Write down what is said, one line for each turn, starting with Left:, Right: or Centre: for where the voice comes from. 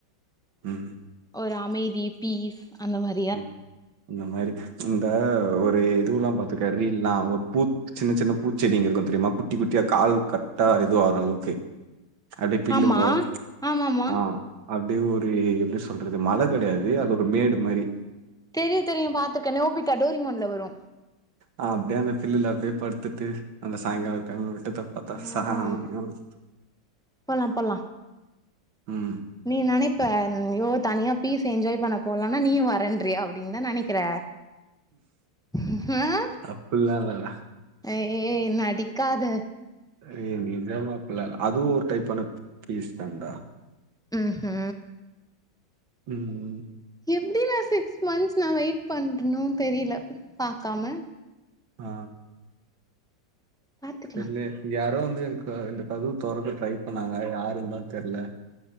Right: ம்.
Centre: ஒரு அமைதி பீஸ் அந்த மாரி
Right: ம் இந்த மாரி இந்த ஒரு இதுவுல்லா பாத்துரிக்கியா ரீல்ல்லா ஒரு பூத் சின்ன சின்ன பூச்செடிங்க இருக்கு தெரியுமா குட்டி குட்டியா கால் கட்டா இதுவாகுர அளவுக்கு அப்டியே பில்லுங்கோ
Centre: ஆமா ஆமாமா
Right: ஆ அப்டியே ஒரு எப்டி சொல்றது மல கெடையாது அது ஒரு மேடு மாரி
Centre: தெரியு தெரியு பாத்ருக்கே நோபிட்டா டோரிமான்ல வரு
Right: ஆ அப்டியே அந்த பில்லுல அப்டியே படுத்துட்டு அந்த சாய்ங்கால டைம்ல விட்டத்தா பாத்தா
Centre: ம்
Right: செம்யா இருக்கு
Centre: போலா போலா
Right: ம்
Centre: நீ நெனைப்ப அய்யோ தனியா பீஸ் என்ஜாய் பண்ண போலான்னா நீயு வரேன்றியா அப்டின்னு தா நெனைக்கிற ம்ஹும்
Right: அப்டில்லா இல்ல ல
Centre: ஏய் நடிக்காத
Right: ஏய் நிஜமாப்ல அதுவு ஒரு டைப்பான பீஸ் தானடா
Centre: ம் ஹூ
Right: ம் ம்
Centre: எப்டி நா சிக்ஸ் மந்த்ஸ் நா வெயிட் பண்ணறணுன்னு தெரியல பாக்காம
Right: ஆ
Centre: பாத்துக்கலா
Right: தெர்லயே இங்க யாரோ வந்து ஏ க இந்த கதவு தொறக்க ட்ரை பண்ணாங்க யாருன்னுதா தெர்ல